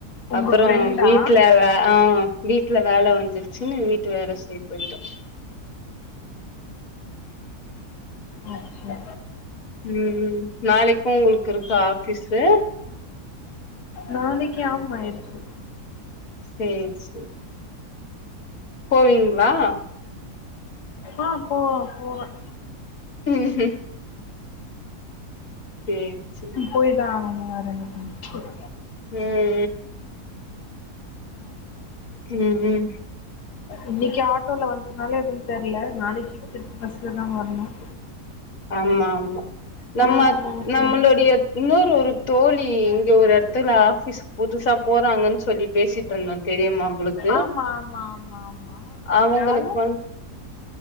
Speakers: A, on the left; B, on the left.
A: உங்க
B: அப்பறம்
A: ஃப்ரெண்டா
B: வீட்டு்ல வே ஆ வீட்டுல வேல வந்துருச்சின்னு வீட்டு வேல செய்ய போயிட்டோம்
A: ஓகே
B: ம் ம் நாளைக்கும் உங்குளுக்கு இருக்கா ஆஃபீஸ்க்கு
A: நாளக்கி ஆமா இருக்கு
B: சேரி சேரி போவிங்ளா
A: ஆ போவன் போவன்
B: ம் சேரி சேரி
A: போய் தா ஆகனும் வேற என்ன பண்றது
B: ம் ம் ம்
A: இன்னக்கி ஆட்டோல வந்தனால எதும் தெர்ல நாளைக்கி திருப்பி பஸ்ல தா வரணும்
B: ஆமா ஆமா நம்ம
A: ஆக போக
B: நம்ளுடைய
A: போது
B: இன்னொரு ஒரு தோழி இங்க ஒரு எடத்துல ஆபீஸ்க்கு புதுசாப் போறாங்கன்னு சொல்லி பேசிட்டிருந்தோம் தெரியுமா உங்ளுக்கு
A: ஆமா ஆமா ஆமா ஆமா
B: அவங்களுக்கு
A: யாரு
B: வந்